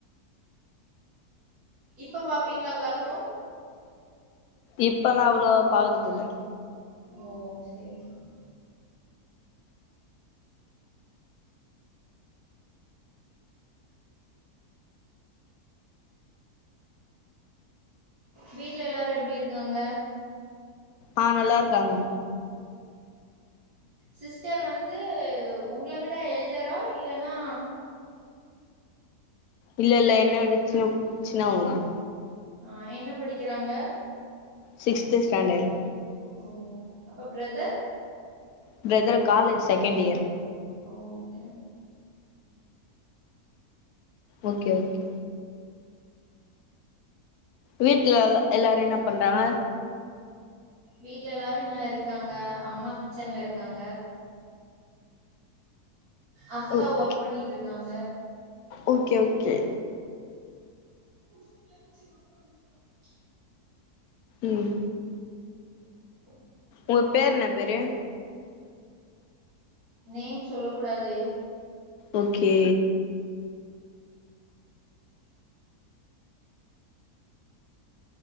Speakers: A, on the right; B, on the left.
A: இப்ப பாப்பீங்ளா கார்ட்டூன்
B: இப்பல்லாம் அவ்வளோ பாக்குறது இல்ல
A: ஓ செரி செரி வீட்ல எல்லாரும் எப்படி இருக்காங்க
B: ஆஹ் நல்லா இருக்கு காங்க
A: சிஸ்டர் வந்து உங்களை விட எல்டரா இல்லன்னா
B: இல்ல இல்ல என்ன ஒரு சின்ன சின்னவங்கதான்
A: அஹ் என்ன படிக்கிறாங்க
B: சிக்ஸ்த் ஸ்டாண்டர்ட்
A: ஓ அப்ப brother
B: brother college second year
A: okay
B: okay okay வீட்டுல எல்லாரும் என்ன பண்றாங்க
A: வீட்ல எல்லாரும் என்ன இருக்காங்க அம்மா கிச்சன்ல இருக்காங்க அக்கா
B: ஓகே
A: ஒர்க் பண்ணிட்டு இருக் இருக்காங்க
B: ஓகே ஓகே
A: <inaudible>
B: உம்
A: ஹ <inaudible>
B: உங்க பேர் என்ன பேரு
A: நேம் சொல்ல கூடாதே
B: ஓக்கே